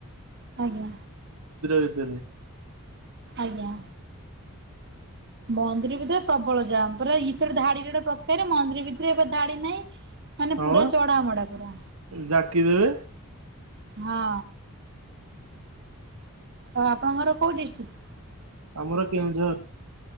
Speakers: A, on the right; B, on the right.
A: ଆଜ୍ଞା
B: ଭିତରେ
A: ଆଜ୍ଞା। ମନ୍ଦିର ଭିତରେ ପ୍ରବଳ ଜାମ୍ ପୁରା ଇଥରକେ ଧାଡିଟା ଗୋଟେ ପ୍ରକାରେ ମନ୍ଦିର ଭିତରେ ଏବେ ଧାଡି ନାହିଁ ମାନେ
B: ହଁ
A: ପୁରା
B: ବା
A: ଚଢ ମଢା ପୁରା
B: ଜାକି ଦେବେ
A: ହଁ। ଆଉ ଆପଣଙ୍କର କୋଉ ଡିଷ୍ଟ୍ରିକ୍ଟ?
B: ଆମର କେଉଁଝର।